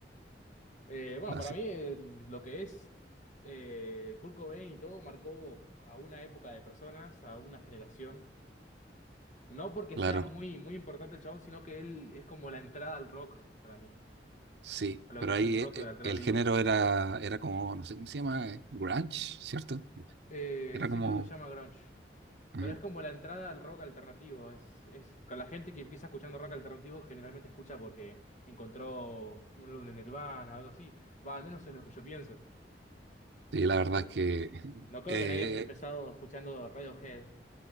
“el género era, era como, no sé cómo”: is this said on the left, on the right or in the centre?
Right